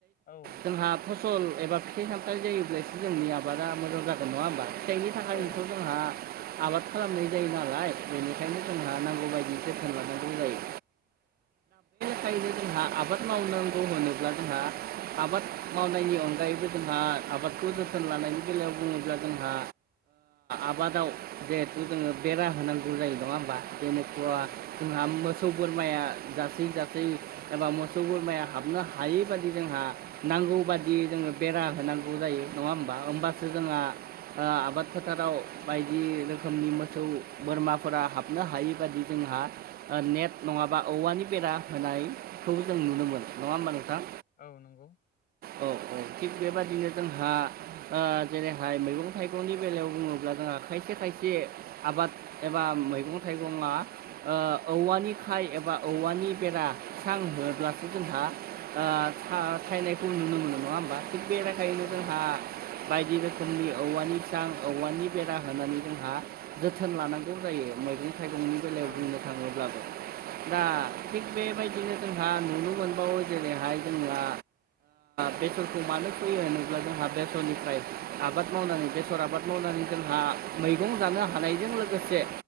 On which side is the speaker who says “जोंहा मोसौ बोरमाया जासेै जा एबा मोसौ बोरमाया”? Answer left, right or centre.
Right